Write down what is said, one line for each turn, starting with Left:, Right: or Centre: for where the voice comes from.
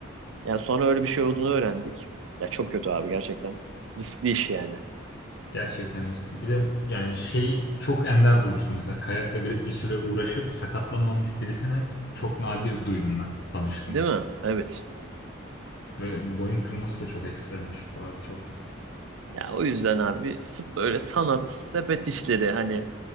Right: Yani sonra öyle bir şey olduğunu öğrendik. Ya çok kötü abi gerçekten. Riskli iş yani.
Left: Gerçekten riskli. Bir de yani şey çok ender bulursun mesela kayakla bir, bir süre uğraşıp sakatlanmamış birisini çok nadir duydum ben tanıştım.
Right: Değil mi? Evet.
Left: Ve boyun kırılması da çok ekstremmiş bu arada çok kötü.
Right: Ya o yüzden abi sırf böyle sanat, sepet işleri hani